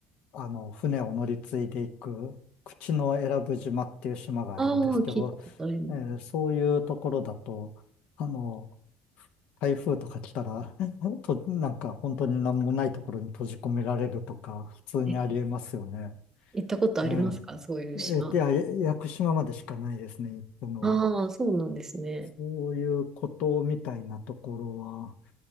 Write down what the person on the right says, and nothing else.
ああ、聞いたことあります。
え、行ったことありますかそういう島。
ああ、そうなんですね。